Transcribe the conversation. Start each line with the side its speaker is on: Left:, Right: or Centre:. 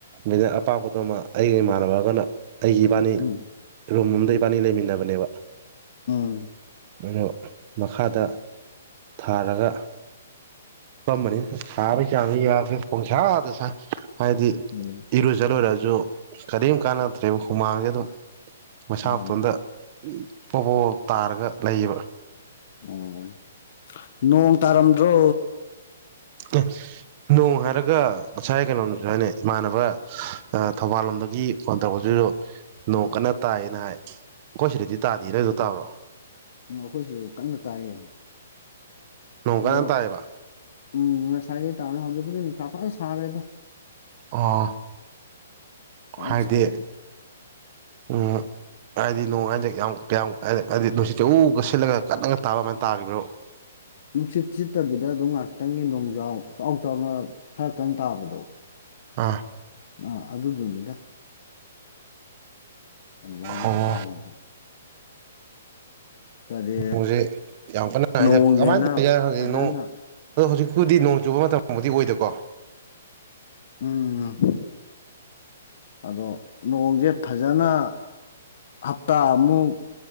Right: ꯑꯩꯅ ꯑꯄꯥꯛꯄꯗꯣꯃ ꯑꯩꯒ ꯏꯃꯥꯟꯅꯕꯒꯅ ꯑꯩꯒꯤ ꯏꯕꯥꯅꯤ
Left: ꯎꯝ
Right: ꯔꯨꯝ ꯑꯝꯗ ꯏꯕꯥꯅꯤ ꯂꯩꯃꯤꯟꯅꯕꯅꯦꯕ
Left: ꯎꯝ
Right: ꯃꯣꯏꯗꯣ ꯃꯈꯥꯗ ꯊꯥꯔꯒ ꯍꯤꯄꯥꯝꯕꯅꯤꯗ ꯁꯥꯕꯩ ꯆꯥꯡꯁꯤ ꯌꯥꯗꯔꯦ ꯄꯣꯡꯁꯥꯗꯁꯥꯏ꯫ ꯍꯥꯏꯗꯤ
Left: ꯎꯝ
Right: ꯏꯔꯨꯖꯂꯣꯏꯨꯔꯁꯨ ꯀꯔꯤꯝ ꯀꯥꯟꯅꯛꯇꯗ꯭ꯔꯦꯕ ꯍꯨꯃꯥꯡꯁꯦ ꯑꯗꯨꯝ ꯃꯩꯁꯥ
Left: ꯃꯥꯅꯦ
Right: ꯃꯇꯣꯟꯗ ꯄꯣꯕ ꯄꯣꯕ ꯇꯥꯔꯒ ꯂꯩꯌꯦꯕ
Left: ꯑꯣ ꯅꯣꯡ ꯇꯥꯔꯝꯗ꯭ꯔꯣ꯫
Right: ꯑꯁ ꯅꯣꯡ ꯍꯥꯏꯔꯒ ꯉꯁꯥꯏ ꯀꯩꯅꯣꯝꯁꯨ ꯍꯥꯏꯅꯦ ꯏꯃꯥꯟꯅꯕ ꯊꯧꯕꯥꯜ ꯂꯣꯝꯗꯒꯤ ꯐꯣꯟ ꯇꯧꯔꯛꯄꯁꯤꯁꯨ ꯅꯣꯡ ꯀꯟꯅ ꯇꯥꯏꯌꯦꯅ ꯍꯥꯏ ꯑꯩꯈꯣꯏ ꯁꯤꯗꯗꯤ ꯇꯥꯗꯦ ꯅꯣꯏꯗꯣ ꯇꯥꯕꯔꯣ꯫
Left: ꯎꯝ ꯑꯩꯈꯣꯏ ꯁꯤꯗꯁꯨ ꯀꯟꯅ ꯇꯥꯏꯌꯦ꯫
Right: ꯅꯣꯡ ꯀꯟꯅ
Left: ꯑꯗꯣ
Right: ꯇꯥꯏꯌꯦꯕ
Left: ꯎꯝ ꯉꯁꯥꯏꯒꯤ ꯇꯥꯕꯅꯦ ꯍꯧꯖꯤꯛꯄꯨꯗꯤ ꯅꯨꯡꯁꯥ ꯐꯟ ꯁꯥꯔꯦꯗ
Right: ꯑꯣ꯫
Left: ꯐꯖꯅ
Right: ꯍꯥꯏꯗꯤ
Left: ꯁꯥꯒꯠꯂꯦ
Right: ꯑ ꯍꯥꯏꯗꯤ ꯅꯣꯡ ꯍꯥꯏꯗꯤ ꯌꯥꯝ ꯀꯌꯥꯝ ꯍꯥꯏꯗꯤ ꯅꯨꯡꯁꯤꯠ ꯎꯒ ꯁꯤꯜꯂꯒ ꯀꯠꯅꯒ ꯇꯥꯕ ꯑꯃꯥꯏꯅ ꯇꯥꯈꯤꯕ꯭ꯔꯥꯕ
Left: ꯅꯨꯡꯁꯤꯠ ꯁꯤꯠꯇꯕꯤꯗ ꯑꯗꯨꯝ ꯉꯥꯏꯍꯥꯛꯇꯪꯒꯤ ꯂꯣꯡꯖꯥꯎ ꯆꯥꯎ ꯆꯥꯎꯅ ꯈꯔ ꯀꯟ ꯇꯥꯕꯗꯣ
Right: ꯑꯥ
Left: ꯑꯥ ꯑꯗꯨꯗꯨꯅꯤꯗ꯫ ꯑꯗꯨꯃꯥꯏꯅ
Right: ꯑꯣ
Left: ꯇꯥꯒꯤ ꯀꯔꯤ
Right: ꯅꯣꯡꯁꯦ ꯌꯥꯝ ꯀꯟꯅ ꯍꯥꯏ
Left: ꯅꯣꯡꯅꯦꯅ
Right: ꯀꯃꯥꯏꯅ ꯇꯧ ꯈꯪꯉꯗꯦ
Left: ꯐꯖꯅ
Right: ꯅꯣ ꯑꯗꯣ ꯍꯧꯖꯤꯛꯄꯨꯗꯤ ꯅꯣꯡ ꯆꯨꯕ ꯃꯇꯝꯕꯨꯗꯤ ꯑꯣꯏꯗꯣꯏꯀꯣ꯫
Left: ꯎꯝ ꯑꯗꯣ ꯅꯣꯡꯁꯦ ꯐꯖꯅ꯫ ꯍꯞꯇꯥ ꯃꯨꯛ